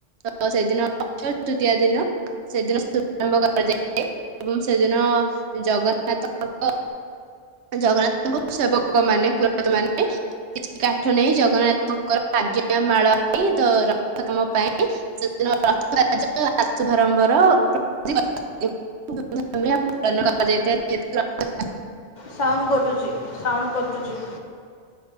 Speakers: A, on the right; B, on the left.
A: ତ ସେଦିନ ଅକ୍ଷୟ ତୃତୀୟ ଦିନ ସେଦିନ ଶୁଭମ୍ ଏବଂ ସେଦିନ ଜଗନ୍ନାଥ ଜଗନ୍ନାଥଙ୍କ ସେବକ ମାନେ ପୁରୋହିତ ମାନେ କିଛି କାଠ ନେଇ ଜଗନ୍ନାଥଙ୍କର ଆଜ୍ଞା ମାଳ ପାଇଁ ତ ରଥ କାମ ପାଇଁ ସେଦିନଥ ଶୁଭାରମ୍ଭର ବହୁତ ଧୂମଧାମ ରେ ପାଳନ କରାଯାଇଥାଏ ରଥ ଯାତ୍ରା।
B: ସାଉଣ୍ଡ କଟୁଛି ସାଉଣ୍ଡ କଟୁଛି।